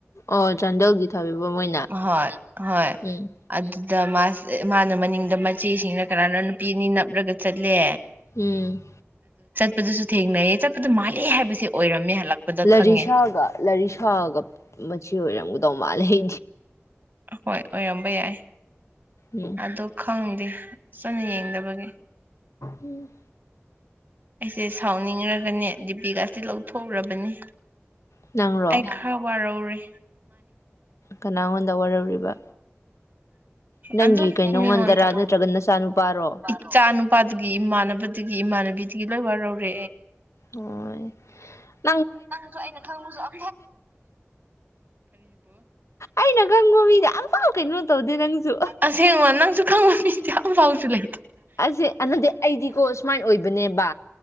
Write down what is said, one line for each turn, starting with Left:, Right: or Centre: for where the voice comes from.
Left: ꯑꯣ ꯆꯥꯟꯗꯦꯜꯒꯤ ꯊꯥꯕꯤꯕ ꯃꯣꯏꯅ
Right: ꯍꯣꯏ ꯍꯣꯏ
Left: ꯎꯝ
Right: ꯑꯗꯨ ꯑꯗ ꯃꯥꯁ ꯃꯥꯅ ꯃꯅꯤꯡꯗ ꯃꯆꯦꯁꯤꯡꯅ ꯀꯅꯥꯅ ꯅꯨꯄꯤ ꯑꯅꯤ ꯅꯞꯂꯒ ꯆꯠꯂꯦ
Left: ꯎꯝ
Right: ꯁꯨ ꯊ ꯍꯦꯛ ꯆ ꯃꯥ ꯍꯥꯏꯕꯁꯦ ꯑꯣꯏꯔꯝꯃꯦ ꯍꯜꯂꯛꯄꯗ
Left: ꯂꯔꯤꯁꯥꯒ
Right: ꯈꯪꯉꯦ
Left: ꯂꯔꯤꯁꯥꯒ ꯃꯆꯤ ꯑꯣꯏꯔꯝꯒ ꯇꯣ ꯃꯥꯜ ꯍ
Right: ꯍꯣꯏ ꯑꯣꯏꯔꯝꯕ ꯌꯥꯏ
Left: ꯎꯝ
Right: ꯑꯗꯨꯗ ꯈꯪꯗꯗꯤ ꯁꯅ ꯌꯦꯡꯗꯕꯒꯤꯦ
Left: ꯎꯝ
Right: ꯑꯩꯁꯦ ꯁꯥꯎꯅꯤꯡꯔꯒꯅꯦ ꯗꯤꯄꯤꯀꯥꯁꯦ ꯂꯧꯊꯣꯛꯎꯔꯕꯅꯤ
Left: ꯅꯪꯔꯣ
Right: ꯑꯦꯈꯔ ꯋꯥꯔꯧꯔ
Left: ꯀꯅꯥꯉꯣꯟꯗ ꯋꯥꯔꯧꯔꯤꯕ ꯅꯪꯒꯤ
Right: ꯑꯗꯨꯝ
Left: ꯀꯩꯅꯣꯉꯣꯟꯗꯔꯥ
Right: ꯃꯤꯉꯣꯟꯗ
Left: ꯅꯠꯇ꯭ꯔꯒ ꯅꯆꯥꯅꯨꯄꯥꯔꯣ
Right: ꯏꯆꯥ ꯅꯨꯄꯥꯗꯨꯒꯤ ꯏꯃꯥꯟꯅꯕꯗꯨꯗꯒꯤ ꯏꯃꯥꯟꯅꯕꯤ ꯤ ꯂꯣꯏ ꯋꯥꯔꯔꯦ
Left: ꯍ
Right: ꯅꯪꯁꯨ ꯑꯩꯅ ꯈꯪꯕꯁꯨ ꯑꯣ
Left: ꯑꯩꯅ ꯈꯪꯕ ꯃꯤꯗ ꯑꯝꯐꯥꯎ ꯀꯩꯅꯣ ꯇꯧꯗꯦ ꯅꯪꯁꯨ
Right: ꯑꯁꯦꯡꯕ ꯅꯪꯁꯨ ꯈꯪꯕ ꯃꯤꯁ ꯑꯣ ꯄꯥꯎꯁꯤꯍꯦ
Left: ꯑꯁꯦ ꯑꯗꯨꯅꯗꯤ ꯑꯩꯗꯤꯀꯣ ꯁꯨꯃꯥꯏꯅ ꯑꯣꯏꯕꯅꯦꯕ